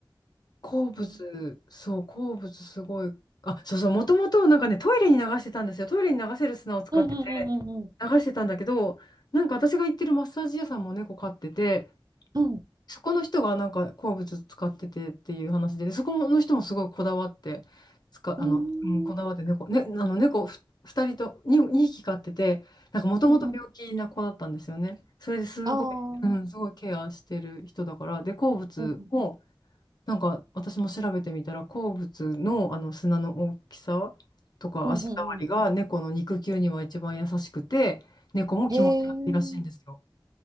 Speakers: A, on the left (about 55°); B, on the right (about 50°).
A: 鉱物、
B: ね
A: そう、鉱物すごい。あ、そうそう、もともとなんかね、トイレに流してたんですよ。トイレに流せる砂を使ってて、
B: うんうんうんうん
A: 流してたんだけど、なんか私が行ってるマッサージ屋さんも猫飼ってて、
B: うん。うん。
A: そこの人がなんか鉱物使っててっていう話で、でそこの人もすごいこだわって、使あの、
B: うーん
A: うん、こだわって猫、ね、あの猫ふ2人と2、に匹飼ってて、なんかもともと病気な子だったんですよね。
B: うんうん。
A: それですごい、
B: ああ、
A: うん、すごいケアしてる人だから、で、鉱物を、
B: うんうん。
A: なんか私も調べてみたら鉱物の、あの砂の大きさとか足触りが猫の肉球には一番優しくて猫も気持ちがいいらしいんですよ。
B: うんうんうん。へえ。